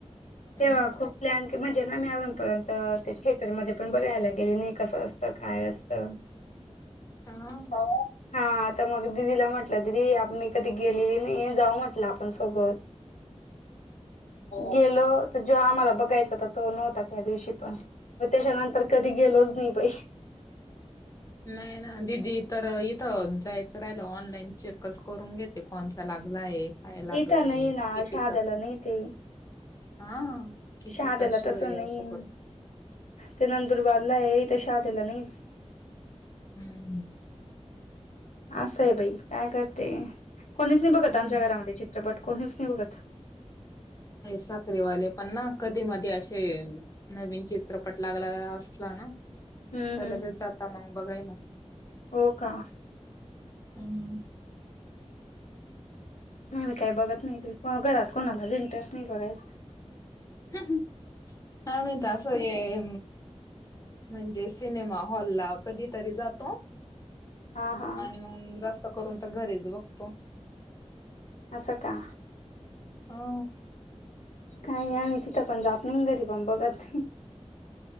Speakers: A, on the left; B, on the left.
A: हम्म
B: तेव्हा खूप प्लॅन क म्हणजे ना मी अजूनपर्यंत ते थिएटरमध्येध्ये पण बघायला गेले नाही, कसं असतं? काय असतं?
A: हा.
B: हा. हा आता मग दिदीला म्हटलं दिदे मी कधी गेलेली नाही जाऊ म्हटलं आपण सोबत. गेलो जो आम्हाला बघायचा होता तो नव्हता त्या दिवशी पण व त्याच्यानंतर कधी गेलोच नाही बाई.
A: हम्म, नाही ना, दिदी तर इथं जायचं राहिलं ऑनलाईन चेकच करून घेते कोणचा लागला आहे. काय लागलाय
B: इथं नाही ना
A: कितीचा.
B: शहाद्याला नाही ते
A: हा कितीचा
B: शहाद्याला
A: शो
B: तसं
A: आहे
B: नाही
A: असं करून
B: ते नंदुरबारला आहे इथ शहाद्याला नाही.
A: हम्म
B: असं आहे बाई काय करते कोणीच नाही बघत
A: हम्म
B: आमच्या घरामध्ये चित्रपट कोनीच नाही बघत.
A: साखरीवाले पण ना कधी-मधी अशे नवीन चित्रपट लागला असला ना.
B: हम्म
A: तर
B: हम्म
A: लगेच जाता मग बघायला.
B: हो का?
A: हम्म हम्म हम्म.
B: आम्ही काही बघत नाही घरात कोणालाच इंटरेस्ट नाही बघायचा.
A: ह ह आम्ही त आज. होय, म्हणजे सिनेमा हॉल ला कधीतरी जातो,
B: हा हा
A: आणि मग जास्त करून तर घरीच बघतो.
B: असं का.
A: हा
B: काही नाही आम्ही तिथं पण जात नाही घरी पण बघत नाही.
A: -